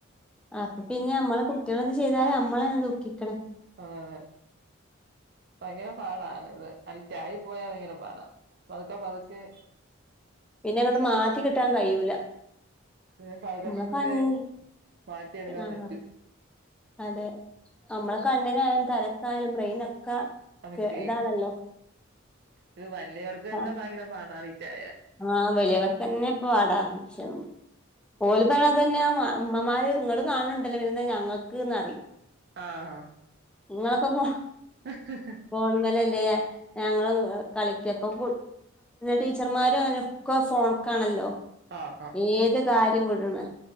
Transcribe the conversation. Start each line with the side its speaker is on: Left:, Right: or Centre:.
Centre: അപ്പൊ പിന്നെ നമ്മളെ കുട്ടികള് എന്ത് ചെയ്താലും നമ്മളെന്നെ ദുഖിക്ക്‌ണ്
Right: ആഹ് അതെ ഭയങ്കര പാടാണ് ഇത് അടിക്റ്റായി പോയാ ഭയങ്കര പാടാ പതുക്കെ പതുക്കെ
Centre: പിന്നെങ്ങട്ട് മാറ്റി കിട്ടാൻ കഴിയൂല
Right: പിന്നെ പതുക്കെ
Centre: നമ്മളെ
Right: പതുക്കെ
Centre: കണ്ണ്
Right: മാറ്റിയെടുക്കാൻ
Centre: ആഹ്
Right: പറ്റൂ
Centre: അതെ നമ്മളെ കണ്ണിനായാലും തലക്കായാലും ബ്രെയിനൊക്കെ
Right: എഫക്ട്
Centre: ക്ക്
Right: ചെയും
Centre: ഇതാണല്ലോ
Right: ഇത് വലിയവർക്ക് തന്നെ
Centre: ആഹ്
Right: ഭയങ്കര പാട അടിറ്റായ
Centre: ആഹ് വെലിയവർക്ക് തന്നെ പാട ഇപ്പൊ ണീച്ചാന് ഓല്ന്നാണത് തന്നെ ഉമ്മമാര് ഇങ്ങള് കാണ് ണണ്ടല്ലോ പിന്നെന്താ ഞങ്ങക്ക്ന്ന് പറിയും
Right: ആഹ് ഹാ
Centre: നിങ്ങളൊക്കെ പോ
Right: ഹ് ഹ് ഹ
Centre: ഫോൺമലല്ലേ ഞങ്ങളും കളിക്കപ്പ ടീച്ചർമാര് രും അങ്ങനെ ഒക്കെ ഫോണ്ക്കാണല്ലോ
Right: ആഹ്
Centre: ഏത് കാര്യം വിട്ണ്